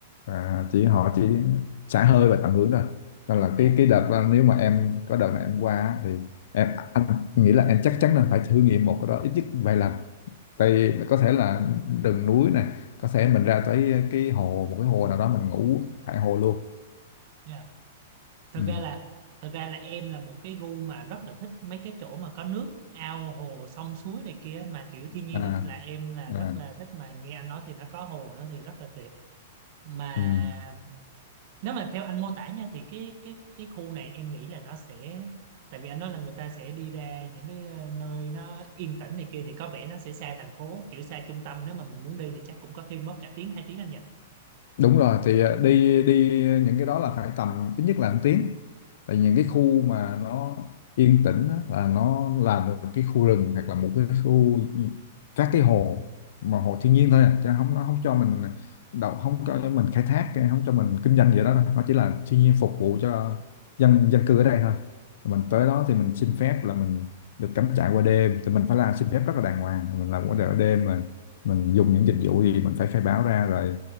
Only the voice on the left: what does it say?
và chỉ họ chỉ xả hơi và tận hưởng thôi nên là
cái cái đợt đó, nếu mà em có đợt này em qua á, thì em anh nghĩ là em chắc chắn là phải thử nghiệm một cái đó ít nhất vài lần tại vì có thể là rừng núi này có thể mình ra tới cái hồ một cái hồ nào đó mình ngủ tại hồ luôn
ừ.
à,
à.
Ừ.
Đúng rồi thì ờ, đi đi những cái đó là phải tầm ít nhất là một tiếng tại những cái khu mà nó yên tĩnh á, là nó là một cái khu rừng hoặc là một cái khu các cái hồ mà hồ thiên nhiên thôi à. chứ không nó không cho mình đậu không cho mình khai thác không cho mình kinh doanh gì đó đâu. nó chỉ là thiên nhiên phục vụ cho dân dân cư ở đây thôi Rồi mình tới đó thì mình xin phép là mình được cắm trại qua đêm thì mình phải làm xin phép rất là đàng hoàng mình làm qua đêm mà mình dùng những dịch vụ gì mình phải khai báo ra rồi